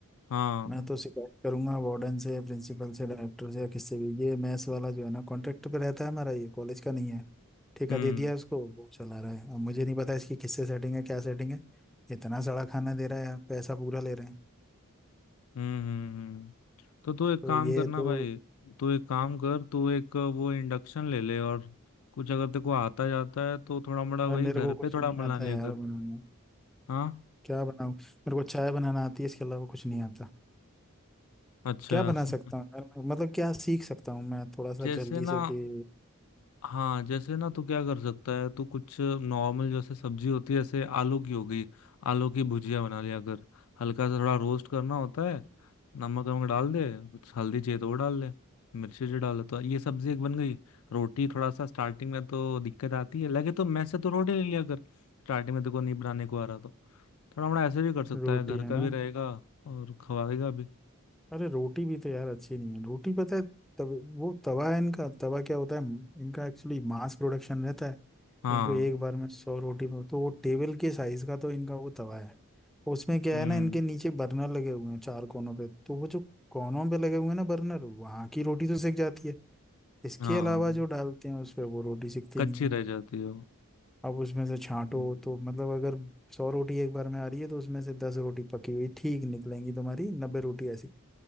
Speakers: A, on the left; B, in the centre.
A: हाँ
B: मैं तो शिकायत करूंगा वार्डन से प्रिंसिपल से डायरेक्टर से या किससे भी ये मैथ्स वाला जो है ना कॉन्ट्रैक्ट पे रहता है हमारा ये कॉलेज का नहीं है ठेका
A: हम्म
B: दे दिया है उसको वो चला रहा है अब मुझे नहीं पता इसकी किससे सेटिंग है क्या सेटिंग है इतना सड़ा खाना दे रहा है यार पैसा पूरा ले रहे हैं
A: हम्म हम्म हम्म तो तू एक
B: तो
A: काम
B: ये
A: करना
B: तो
A: भाई तू एक काम कर तू एक वो इंडक्शन ले ले और कुछ अगर तेरे को आता जाता है तो थोड़ा मोड़ा
B: यार
A: वही
B: मेरे
A: घर
B: को
A: पे
B: कुछ
A: थोड़ा
B: नहीं
A: बना
B: आता
A: लिया
B: है यार
A: कर
B: बनाना
A: हाँ
B: क्या बनाऊं मेरे को चाय बनाना आती है इसके अलावा कुछ नहीं आता
A: अच्छा
B: क्या बना सकता हूँ यार मैं? मतलब क्या सीख सकता हूँ मैं थोड़ा सा
A: जैसे
B: जल्दी
A: ना
B: से कि
A: हाँ जैसे ना तो क्या कर सकता है तो कुछ नॉर्मल जैसे सब्जी होती है जैसे आलू की हो गई आलू की भुजिया बना लिया अगर हल्का सा थोड़ा रोस्ट करना होता है नमक वमक डाल दे कुछ हल्दी चाहिए तो वो डाल ले मिर्ची जी डाल ले तो ये सब्जी एक बन गई रोटी थोड़ा सा स्टार्टिंग में तो दिक्कत आती है लगे तो मैस से तो रोटी ले लिया कर स्टार्टिंग में देखो नहीं बनाने को आ रहा तो थोड़ा मोड़ा ऐसे भी कर सकता
B: रोटी
A: है घर
B: है
A: का
B: ना
A: भी रहेगा और खवाएगा भी
B: अरे रोटी भी तो यार अच्छी नहीं है रोटी पता है तब वो तवा है इनका तवा क्या होता है इनका एक्चुअली मास प्रोडक्शन रहता है
A: हाँ
B: इनको एक बार में सौ रोटी में तो वो टेबल के साइज का तो इनका वो तवा है उसमें क्या
A: हम्म
B: है ना इनके नीचे बर्नर लगे हुए हैं चार कोनों पे तो वो जो कोनों पे लगे हुए हैं ना बर्नर वहां की रोटी तो सिक जाती है इसके
A: हाँ
B: अलावा जो डालते हैं उस पे वो रोटी सिकती
A: कच्ची
B: नहीं है
A: रह जाती है वो।
B: अब उसमें से छांटो
A: हम्म
B: तो मतलब अगर सौ रोटी एक बार में आ रही है तो उसमें से दस रोटी पकी हुई ठीक निकलेंगी तुम्हारी नब्बे रोटी ऐसी